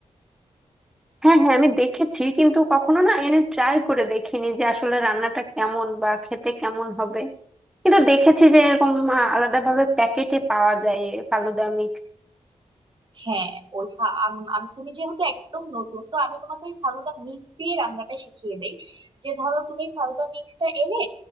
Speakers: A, in the centre; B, on the right.
A: হ্যাঁ হ্যাঁ আমি দেখেছি কিন্তু কখনো না এনে ট্রাই করে দেখিনি যে আসলে রান্নাটা কেমন বা খেতে কেমন হবে কিন্তু দেখেছি যে এরকম আলাদাভাবে প্যাকেটে পাওয়া যায় এ ফালুদা মিক্স
B: হ্যাঁ ওই ফা- আম- আমি তুমি যেহেতু একদম নতুন তো আমি তোমাকে ওই ফালুদা মিক্স দিয়ে রান্নাটা শিখিয়ে দেই যে ধরো তুমি ফালুদা মিক্সটা এনে